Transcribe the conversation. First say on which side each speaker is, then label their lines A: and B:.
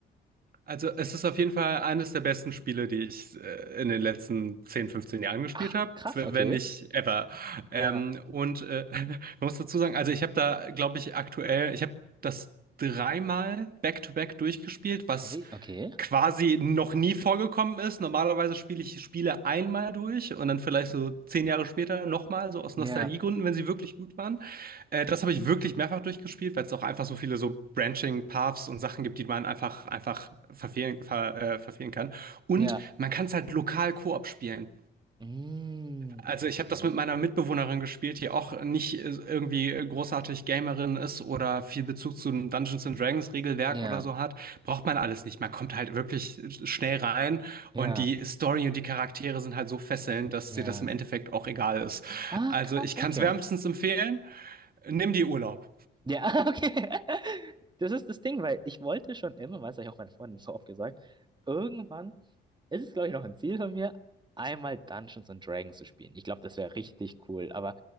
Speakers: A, on the right; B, on the right.
A: Also es ist auf jeden Fall eines der besten Spiele, die ich äh, in den letzten 10, 15 Jahren gespielt
B: Ach,
A: habe,
B: krass,
A: wenn
B: okay.
A: nicht ever.
B: Ja.
A: Ähm, und äh, <laughs> man muss dazu sagen, also ich habe da, glaube ich, aktuell, ich habe das dreimal back-to-back durchgespielt, was
B: Cra okay.
A: quasi noch nie vorgekommen ist. Normalerweise spiele ich Spiele einmal durch und dann vielleicht so zehn Jahre später nochmal, so aus
B: Ja,
A: Nostalgiegründen, wenn sie wirklich gut waren. Äh, das habe ich wirklich mehrfach durchgespielt, weil es auch einfach so viele so Branching Paths und Sachen gibt, die man einfach, einfach verfehlen, ver, äh, verfehlen kann. Und
B: ja.
A: man kann es halt lokal Koop spielen.
B: Mm,
A: Also ich
B: okay.
A: habe das mit meiner Mitbewohnerin gespielt, die auch nicht äh, irgendwie großartig Gamerin ist oder viel Bezug zu einem Dungeons and Dragons Regelwerk
B: Ja,
A: oder so hat. Braucht man alles nicht. Man kommt halt wirklich schnell rein
B: ja,
A: und die Story und die Charaktere sind halt so fesselnd, dass
B: ja.
A: dir das im Endeffekt auch egal ist.
B: Ah,
A: Also
B: krass,
A: ich kann
B: okay.
A: es wärmstens empfehlen. Nimm dir Urlaub.
B: Ja, <laughs> okay. Das ist das Ding, weil ich wollte schon immer, weil es habe ich auch meine Freundin so oft gesagt, irgendwann ist es, glaube ich, noch ein Ziel von mir, einmal Dungeons and Dragons zu spielen. Ich glaube, das wäre richtig cool, aber